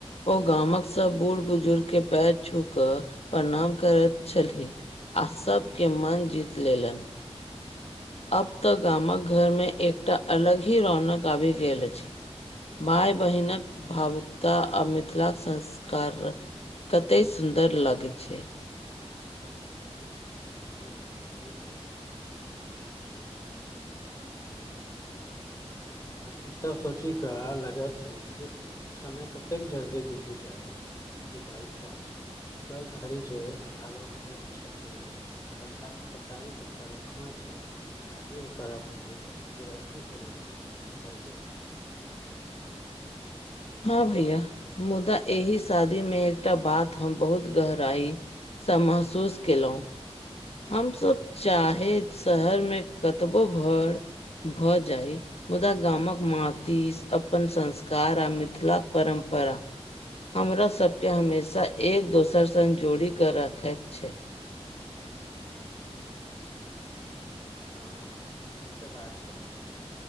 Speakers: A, on the left (about 65°); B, on the left (about 30°).
A: ओ गामक सब बूढ़ बुजुर्ग के पैर छू क प्रणाम करैत छलीह, आ सभके मन जीत लेलन! आब तऽ गामक घरमे एकटा अलग ही रौनक आबि गेल अछि! माये बहिनक भावुकता आ मिथिलाक संस्कार! कते सुन्दर लगैत छै,
B: हू सही बात छै, आ ईसभ सोची कऽ लगैत छी जे समय कतेक जल्दी बीति जाय! दाय चाहैत छै कल धरि जे आलोक हमरा सबके, पछ पछारी पछारी घुमेय छल, आजी ओकरा अपन गृहस्ति सुरू, भए गेल,
A: हँ भैया मुदा एहि शादी में एकटा बात हम बहुत गहराई! स महसूस केलहुँ, हमसभ चाहे शहरमे कतबो घर भऽ जाइ मुदा गामक मट्टी अपन संस्कार आ मिथिलाक परम्परा, हमरा सबके हमेशा एक दोसर सङ्ग जोड़ि कऽ रखैत छै!
B: हँ ई तोह बात सही छै